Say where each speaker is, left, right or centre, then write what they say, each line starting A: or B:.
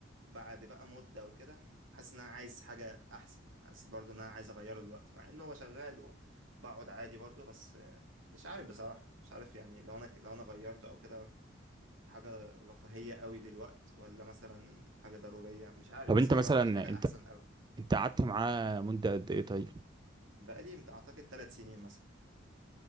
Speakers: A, on the right; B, on the right.
A: بعد بقى مدة وكده حاسس إن أنا عايز حاجة أحسن حاسس برضو إن أنا عايز أغيره دلوقتي مع إن هو شغال وبقعد عادي برضو بس آه، مش عارف بصراحة مش عارف يعني لو أنا لو أنا غيرته أو كده حاجة رفاهية قوي دلوقتي ولا مثلا حاجة ضرورية مش عارف
B: طب
A: بس
B: انت
A: أنا
B: مثلا
A: مجربتش حاجة
B: انت
A: أحسن قوي
B: انت قعدت معاه مدة قد ايه طيب؟
A: بقالي أعتقد ثلاث سنين مثلا